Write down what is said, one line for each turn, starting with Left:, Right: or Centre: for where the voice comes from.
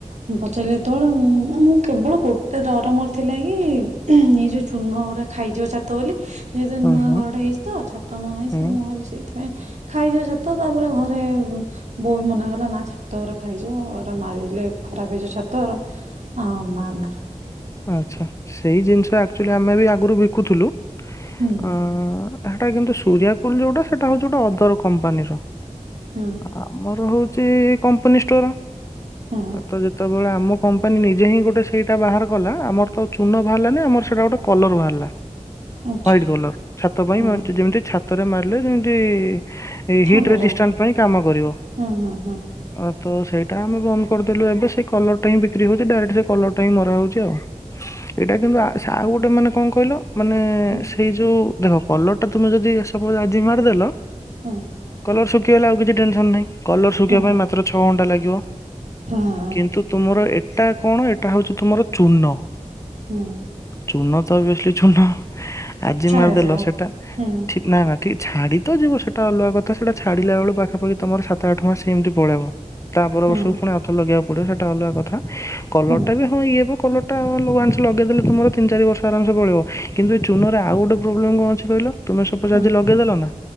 Right: ମୁଁ ପଚାରିଲି ଯେତେବେଳେ ମୁଁ କେବଳ ଗୋଟେ ଡର ମୋର ଥିଲା କି ନି ଯେଁ ଚୂର୍ଣ ଗୁଡ଼ା ଖାଇଯିବ ଛାତ ବୋଲି ଯେହେତୁ
Left: ହୁଁ
Right: ନୂଆ
Left: ହୁଁ
Right: ଘର ଟା ହେଇଛି ତ, ଛାତ ନୂଆ ହେଇଚି
Left: ହୁଁ।
Right: ତ ମୁଁ କହିଲି ସେଇଥିପାଇଁ ଖାଇଯିବ ଛାତ ତାପରେ ଘରେ ବୋଉ ବି ମନା କଲା ନା ଛାତ ଗୋରା ଖାଇଯିବ ସେଗୁରା ମାରିଦେଲେ ଖରାପ ହେଇଯିବ ଛାତ, ଏଗୁରା ଆଉ ମାରେନା,
Left: ଆଛା ସେଇ ଜିନିଷ ଆକ୍ଚୁଆଲି ଆମେ ବି ଆଗରୁ ବିକୁଥିଲୁ। ଅ
Right: ହୁଁ
Left: ସେଟା କିନ୍ତୁ ସୂରିଆକୁଲ ଯୋଉଟା ସେଟା ହଉଛି ଗୋଟେ ଅଦର କମ୍ପାନୀର
Right: ହଁ।
Left: ଆମର ହଉଛି କମ୍ପାନୀ ଷ୍ଟୋର।
Right: ହଁ, ହଁ।
Left: ତ ଯେତେବେଳେ ଆମ କମ୍ପାନୀ ନିଜେ ହିଁ ଗୋଟେ ସେଇଟା ବାହାର କଲା ଆମର ତ ଚୁନ ବାହାରିଲାନି ଆମର ସେଇଟା ଗୋଟେ କଲର ବାହାରିଲା।
Right: ଆଚ୍ଛା
Left: ୱାଇଟ୍ କଲର, ଛାତ ପାଇଁ
Right: ହୁଁ
Left: ଯେମତି ଛାତରେ ମାରିଲେ ଯେମିତି <unintelligible>
Right: ଥଣ୍ଡାରେ
Left: ରେଜିଷ୍ଟାଟ ପାଇଁ କାମ କରିବ।
Right: ହୁଁ ହୁଁ ହୁଁ
Left: ଆ ତ ସେଇଟା ଆମେ ବନ୍ଦ କରିଦେଲୁ। ଏବେ ସେଇ କଲରଟା ବ୍ରିକି ହଉଛି ଡାଇରେକ୍ଟ ସେ କଲର ହିଁ ମରା ହଉଛି ଆଉ, ଏଇଟା କିନ୍ତୁ ଆଉ ଗୋଟେ ମାନେ କଣ କହିଲ? ମାନେ
Right: ହୁଁ
Left: ସେଇ ଯୋଉ ଦେଖ କଲର ଟା ତମେ ଯଦି ଆଜି ମାରିଦେଲ
Right: ହଁ।
Left: କଲର ଶୁଖିଗଲା ବେଳେକୁ ଆଉ କିଛି ଟେନସନ ନାହିଁ, କଲର ଶୁଖିବା
Right: ହୁଁ ହୁଁ
Left: ପାଇଁ ମାତ୍ର ଛଅ ଘଣ୍ଟା ଲାଗିବ।
Right: ହଁ
Left: କିନ୍ତୁ ତୁମର ଏଟା କଣ? ଏଟା ହଉଛି ତୁମର ଚୂର୍ଣ୍ଣ।
Right: ହୁଁ।
Left: ଚୂନ ତ <unintelligible> ଚୂନ ଆଜି
Right: ଛାଡ଼ିଯାଅ
Left: ମାରିଦେଲ ସେଟା
Right: ହୁଁ
Left: ଠିକ ନା ନା ଠିକ ଛାଡି ତ ଯିବ ସେଇଟା ଅଲଗା କଥା ସେଟା ଛାଡିଲା ବେଳକୁ ପାଖାଖି ତମର ସାତ ଆଠ ମାସ ଏମିତି ପଳେଇବ। ତାପର
Right: ହୁଁ
Left: ବର୍ଷକୁ ପୁଣି ଆଉଥରେ ଲଗେଇବାକୁ ପଡିବ ସେଇଟା ଅଲଗା କଥା। କଲର
Right: ହୁଁ
Left: ହଁଇଏ କଲର ଟା ୱାନସ ଲଗେଇଦଲେ ତମର ତିନି ଚାରି ବର୍ଷ ଆରାମସେ ପଳେଇବ କିନ୍ତୁ ଚୂନରେ ଆଉ ଗୋଟେ ପ୍ରୋବଲେମ୍ କଣ ଅଛି କହିଲ? ତମେ ସପଜ
Right: ହୁଁ
Left: ଆଜି ଲଗେଇଦେଲ ନା